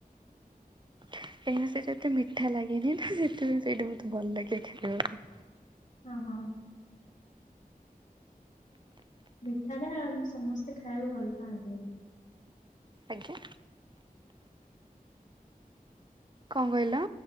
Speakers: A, on the right; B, on the left.
A: କାହିଁକିନା ସେଇଟା ଏତେ ମିଠା ଲାଗେନି ନା ସେଥିପାଇଁ ସେଇଟା ବହୁତ ଭଲ ଲାଗେ ଖାଇବାକୁ।
B: ହଁ ହଁ। ମିଠା ଟା ସମସ୍ତେ ଖାଇବାକୁ ଭଲ ପାଆନ୍ତିନି।
A: ଆଜ୍ଞା। କଣ କହିଲ?